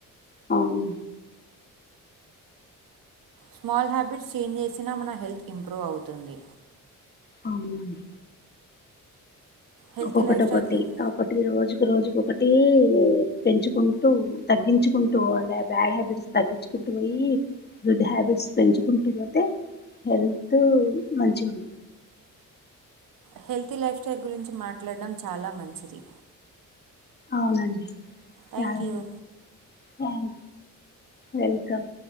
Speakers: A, on the left (about 30°); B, on the right (about 80°).
A: అవును
B: స్మాల్ హ్యాబిట్స్ చేంజ్ చేసినా మన హెల్త్ ఇంప్రూవ్ అవుతుంది
A: అవునండి
B: హెల్తీ
A: ఒక్కొక్కటి
B: లైఫ్ స్టైల్ గురి
A: ఒకటి రోజు ఒక రోజుకు ఒకటి పెంచుకుంటూ తగ్గించుకుంటూ అలా బ్యాడ్ హ్యాబిట్స్ తగ్గించుకు పోయి గుడ్ హ్యాబిట్స్ పెంచుకుంటూ పోతే హెల్త్ మంచి ఉం
B: హెల్తీ లైఫ్ స్టైల్ గురించి మాట్లాడం చాలా మంచిది
A: అవునండి
B: థ్యాంక్
A: చాలా
B: యూ
A: థ్యాం వెల్కమ్